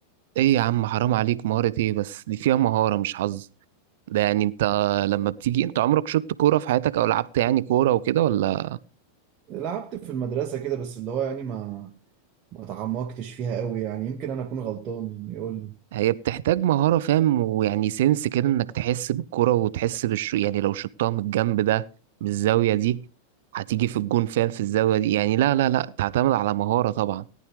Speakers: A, on the right; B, on the right.
A: ايه يا عم حرام عليك مهارة ايه بس دي فيها مهارة مش حظ ده يعني انت لما بتيجي انت عمرك شطت كورة في حياتك او لعبت يعني كورة وكده ولا
B: لعبت في المدرسة كده بس اللي هو يعني ما ما تعمقتش فيها قوي يعني يمكن انا اكون غلطان يعني يقول لي
A: هي بتحتاج مهارة فاهم ويعني سنس كده انك تحس بالكرة وتحس بالش يعني لو شطها من الجنب ده من الزاوية دي هتيجي في الجون فاهم في الزاوية دي يعني لا لا لا تعتمد على مهارة طبعا